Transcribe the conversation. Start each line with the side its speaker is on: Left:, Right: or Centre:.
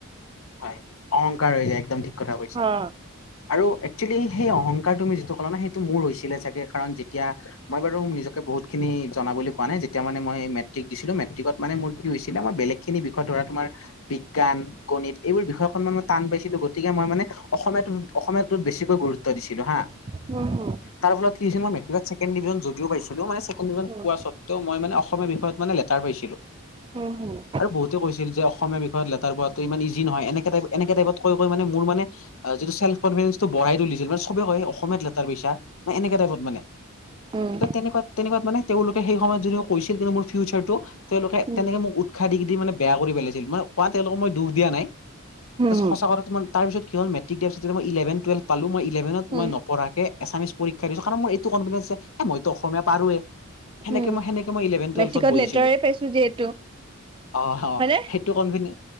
Left: হয়, অহংকাৰ হৈ যায় একদম ঠিক ঠিক কথা কৈছা
Right: হা
Left: আৰু একচেলি সেই অহংকাৰ তুমি যিটো কলা ন' সেইটো মোৰ হৈছে। থাকিলে চাগে কাৰণ যেতিয়া মই বাৰু নিজকে বহুতখিনি জনা বুলি কোৱা নাই, যেতিয়া মানে মই মেট্ৰিক দিছিলোঁ। মেট্ৰি মেট্ৰিকত মানে মোৰ কি হৈছিলে মোৰ বেলেগখিনি বিষয় ধৰা তোমাৰ বিজ্ঞান, গণিত যিটো বিষয়খন মান মই টান পাইছিলোঁ গতিকে মই মানে অসমীয়া, অসমীয়াটোত বেছিকৈ গুৰুত্ব দিছিলোঁ হা।
Right: হম, হম।
Left: তাৰফলত কি মেট্ৰিকত ছেকেণ্ড ডিভিজন যদিও পাইছিলোঁ, মানে ছেকেণ্ড ডিভিভজন
Right: হুম
Left: পোৱা স্বত্বেও মই মানে অস অসমীয়া বিষয়ত মানে লেটাৰ পাইছিলোঁ
Right: হুম হুম।
Left: আৰু বহুতে কৈছিল যে অসমীয়া বিষয়ত লেটাৰ পোৱাটো ইমান ইজি নহয় এনেকা টাইপ এনেকা টাইপত কৈ কৈ মানে মোৰ মানে অহ, যিটো চেল্ফ কনফিডেঞ্চটো বঢ়াই তুলিছিল মানে চবে কয়, অসম অসমীয়াত লেটাৰ পাইছা এনেকুৱা টাইপত মানে।
Right: উম উম
Left: ত' তেনেকুৱা, তেনেকুৱাত মানে তেওঁলোকে সেই সময়ত যদিও কৈছিল কিন্তু মোৰ ফিউচাৰটো তেওঁলোকে
Right: হুম
Left: তেনেকে মোক উৎসাহ দি দি মানে বেয়া কৰি পেলাইছিল, মই কোৱা তেওঁলোকক মই দুখ দিয়া নাই।
Right: হুম
Left: সঁচা কথা তোমাৰ তাৰপিছত কি হ'ল মেট্ৰিক দিয়াৰ পিছত মই ইলেভন টুৱেলভ পালোঁ মই ইলেভেনত
Right: উম
Left: মই নপঢ়াকে এছামিছ পৰীক্ষা দিছোঁ কাৰণ মোৰ এইটো কনফিডেঞ্চ যে মইো অসমীয়া পাৰোৱে সেনেকে
Right: উম।
Left: মই সেনেকে মই এলভিন টোৱালফ
Right: মেট্ৰিকত
Left: বহিছিলোঁ
Right: লেটাৰে পাইছো যিহেতু
Left: অ'
Right: হয়নে?
Left: সেইটো কোম্পানী